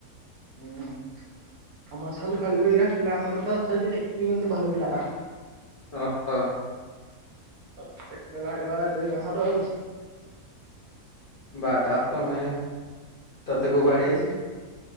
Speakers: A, on the right; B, on the left.
A: ହୁଁ। ଆମର ସବୁ ଖେଳିବ ଏଇରା ପିଲା ଆମର ତ କେତି ଭଲ ପିଲା ରା।
B: ଅ ହ।
A: ଏକେଲା ଏକେଲା ଏଟି ଆମର ଆଉ
B: ବାଟା ତମେ ତତେ କୋଉ ବାଡେଇଚି।